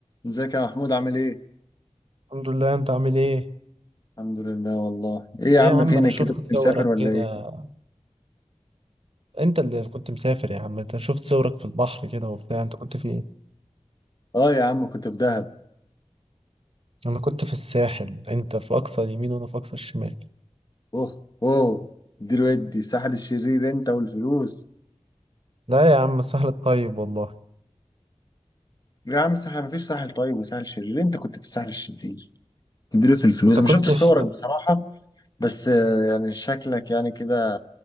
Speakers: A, on the left (about 35°); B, on the right (about 60°).
A: ازيك يا محمود عامل ايه؟
B: الحمد لله انت عامل ايه
A: الحمد لله والله ايه يا
B: ايه
A: عم
B: يا عم
A: فينك
B: انا شفت
A: كده كنت مسافر
B: صورك
A: ولا
B: كده
A: ايه؟
B: انت اللي كنت مسافر يا عم انت شفت صورك في البحر كده وبتاع انت كنت في ايه
A: اه يا عم كنت في دهب
B: انا كنت في الساحل انت في اقصى اليمين وانا في اقصى الشمال
A: اوه اوه دي الودي الساحل الشرير انت والفلوس
B: لا يا عم الساحل الطيب والله
A: يا عم الساحل مفيش ساحل طيب وساحل شرير انت كنت في الساحل الشرير اديله في الفلوس
B: انت
A: انا
B: كنت
A: شفت صورك
B: في
A: بصراحة بس آه، يعني شكلك يعني كده